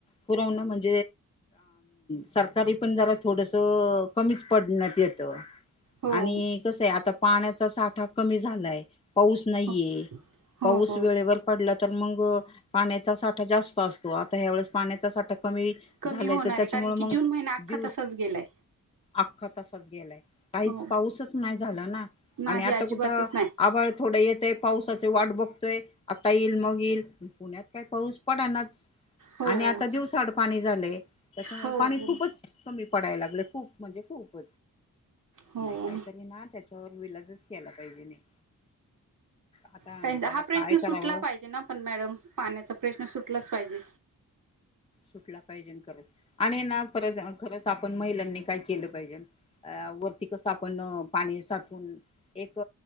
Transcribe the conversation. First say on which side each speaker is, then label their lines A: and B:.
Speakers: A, on the left; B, on the right.
A: पुरवण म्हणजे सरकारी पण थोडस कमी पडण्यात येत
B: हो
A: आणि कसं आहे आता पाण्याचा साठा कमी झालाय पाऊस नाहीये
B: हो हो
A: पाऊस
B: हो
A: वेळेवर पडला तर मग पाण्याचा साठा जास्त असतो आता ह्यावेळेस पाण्याचा साठा कमी
B: कमी
A: झालाय
B: होणार
A: तर त्याच्यामुळे
B: आहे कारण की
A: मग
B: जून महिना अख्खा
A: दिवस
B: तसाच गेलाय
A: अख्खा तसाच गेलाय काहीच
B: हो
A: पाऊसच नाही झाला ना
B: नाही
A: आणि आता
B: अजिबातच
A: कुठं
B: नाही
A: आभाळ थोडं येत आहे पावसाची वाट बघतोय आता येईल मग पुण्यात का पाऊस पडना
B: हो
A: आणि आता दिवस पा त्याच्यामुळे
B: हो
A: पाणी
B: हो
A: खूपच कमी पडाय लाग खूप म्हणजे खूप
B: हो
A: नाही काहीतरी ना त्याच्यावर वि केला पाहिजे नाही आता
B: काही
A: त्याला
B: हा
A: काय
B: प्रश्न
A: करावं
B: सुटला पाहिजे ना पण मॅडम पाण्याचा प्रश्न सुटलाच पाहिजे
A: सुटला पाहिजे खरच आणि ना पर खरंच आपण महिलांनी काय केलं पाहिजे वरती कस आपण पाणी साठून एक